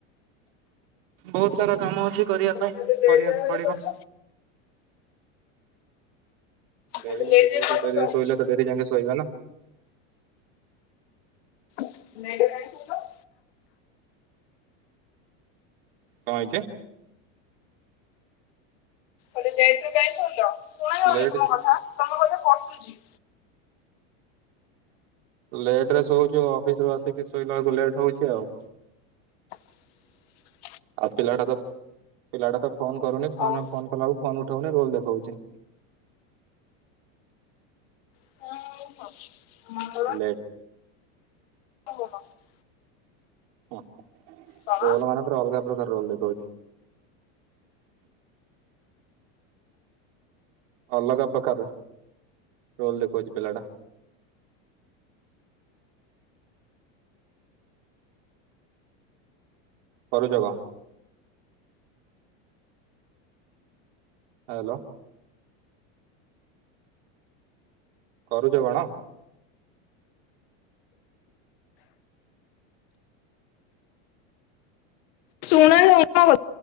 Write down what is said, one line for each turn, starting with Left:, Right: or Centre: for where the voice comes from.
Right: ବହୁତ ସାରା କାମ ଅଛି କରିବା ପାଇଁ
Left: ଏତେ ଲେଟ୍
Right: କରିବାକୁ
Left: ରେ କାଇଁ
Right: ପଡିବ।
Left: ଶୋଇଛ?
Right: ଡେ
Left: ଏତେ
Right: ଯାେ
Left: ଲେଟ୍
Right: ଶୋଇ
Left: ରେ କଣ
Right: ଡରିରେ
Left: ଶୋଇଛି?
Right: ଶୋଇଲା ତ ଡେରି ଯାେ ଶୋଇବା ନା।
Left: <unintelligible>
Right: କଣ ହେଇଛେ?
Left: ଏତେ ଲେଟ୍ ରେ କାଈ ସୋଉଛ ପଳା
Right: ଲେଡ଼ି।
Left: <unintelligible> ତମ କଥା କହୁଚି।
Right: ଲେଟ ରେ ଶୋଉଛୁ ଅଫିସ ରୁ ଆସିକି ଶୋଇଲା ବଳକୁ ଲେଟ୍ ହଉଛି ଆଉ।
Left: <inaudible>
Right: ଆଉ ପିଲାଟା ତ ପିଲାଟା ତ ଫୋନ କରୁନି
Left: ଓହୋ।
Right: ଫୋନରେ ଫୋନ କଲାକୁ ଫୋନ ଉଠାଉନି ରୋଲ ଦେଖାଉଛି।
Left: <unintelligible>
Right: ଲେଟ୍।
Left: <unintelligible>
Right: ହଁ
Left: କଣ?
Right: ରୋଲ ମାନରେ ଅଲଗା ପ୍ରକାର ରୋଲ ଦେଖାଉଛି। ଅଲଗା ବକାର ଟୋଲ ଦେଖଉଛି ପିଲାଟା। କରୁଛ କଣ? ହ୍ୟାଲୋ। କରୁଛ କଣ?
Left: ଶୁଣା ଯାଉନି ଭ